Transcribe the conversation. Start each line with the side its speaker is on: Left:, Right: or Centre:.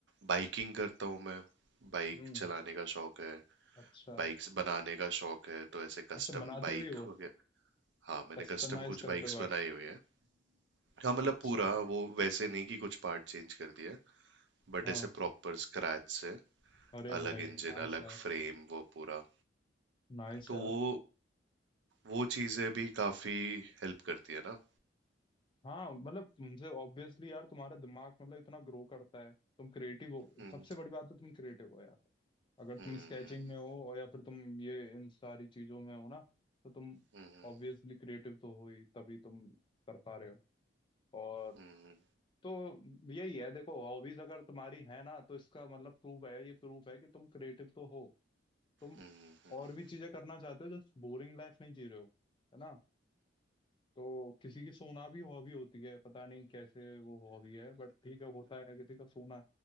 Right: बाइकिंग करता हूँ मैं बाइक
Left: हम्म
Right: चलाने का शौक है
Left: अच्छा
Right: बाइक्स बनाने का शौक है तो ऐसे कस्टम
Left: अच्छा बनाते
Right: बाइक
Left: भी हो
Right: वगैरह हाँ मैंने
Left: कस्टमाइज
Right: कस्टम कुछ
Left: करते
Right: बाइक्स
Left: हो भाई
Right: बनाई हुई है हाँ मतलब
Left: अच्छा
Right: पूरा वो वैसे नहीं कि कुछ पार्ट चेंज कर दिया बट
Left: हाँ
Right: ऐसे प्रॉपर स्क्रैच से
Left: अरे
Right: अलग
Left: भाई
Right: इंजन
Left: नाइस
Right: अलग
Left: यार
Right: फ्रेम वो पूरा
Left: नाइस
Right: तो
Left: यार
Right: वो वो चीजें भी काफी हेल्प करती है ना
Left: हाँ मतलब तुमसे ऑब्वियसली यार तुम्हारा दिमाग मतलब इतना ग्रो करता है तुम क्रिएटिव हो
Right: हम्म
Left: सबसे बड़ी बात है तुम क्रिएटिव हो यार अगर तुम
Right: हम्म
Left: स्केचिंग में हो और या फिर तुम ये इन सारी चीजों में हो ना तो तुम
Right: हम्म
Left: ऑब्वियसली क्रिएटिव तो हो ही तभी तुम कर पा रहे हो और
Right: हम्म
Left: तो यही है देखो हॉबीज अगर तुम्हारी है ना तो इसका मतलब प्रूफ है ये प्रूफ है कि तुम क्रिएटिव तो हो तुम
Right: हम्म हम्म, हम्म,
Left: और भी चीजें करना चाहते हो जस्ट बोरिंग लाइफ नहीं जी रहे हो है ना तो किसी की सोना भी हॉबी होती है पता नहीं कैसे वो हॉबी है बट ठीक है होता है किसी का सोना